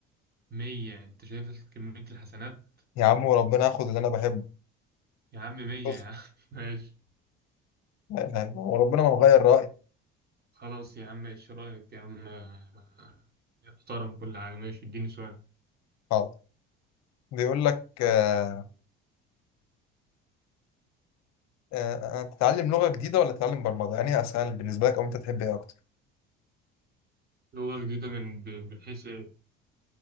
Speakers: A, on the right; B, on the left.
A: مية انت شايف كمية الحسنات
B: يا عم وربنا هاخد اللي أنا بحبه
A: يا عم مية
B: بص
A: يا عم <laughs> ماشي
B: لا إله إلا الله وربنا ما نغير رأيي
A: خلاص يا عم ايش رايك يا عم آه، احترم كل حاجة ماشي اديني سؤال
B: حاضر بيقول لك آه آه آه، تتعلم لغة جديدة ولا تتعلم برمجة؟ يعني أسهل بالنسبة لك أو أنت تحب إيه أكتر؟
A: لغة جديدة من ب- من حيث إيه؟